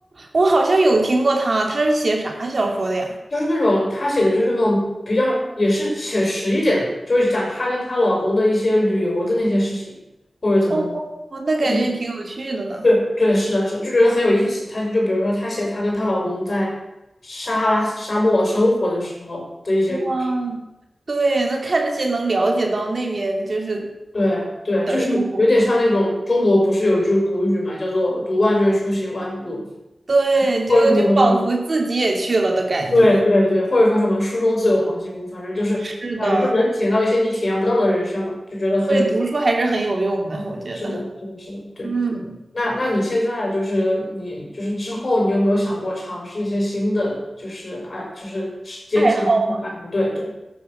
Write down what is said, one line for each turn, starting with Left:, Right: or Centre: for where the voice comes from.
Right: 我好像有听过他，他是写啥小说的呀？
Left: 就是那种他写的就是那种比较也是写实一点的，就是讲她跟她老公的一些旅游的那些事情，或者怎么，
Right: 哦，哦那感觉挺有趣的呢。
Left: 就是对对是的是的就觉得很有意思。他就比如说他写她跟她老公在撒哈拉沙漠生活的时候的一些故事，
Right: 哇，对，那看这些能了解到那边就是
Left: 对对，
Right: 的生活，
Left: 就是有点像那种中国不是有句古语嘛，叫做“读万卷书，行万里路”，
Right: 对，
Left: 或者是什么什么，
Right: 就就仿佛自己也去了的感觉。
Left: 对对对，或者说什么“书中自有黄金屋”，反正就是感觉就能体验到一些你体验不到的人生吧，
Right: 是的。
Left: 就觉得很有意思
Right: 对，读书还是很有用的，我觉得。
Left: 是的，是的，是的，对。
Right: 嗯，
Left: 那那你现在就是你就是之后你有没有想过尝试一些新的就是爱就是捡起新爱好？
Right: 爱好
Left: 对对。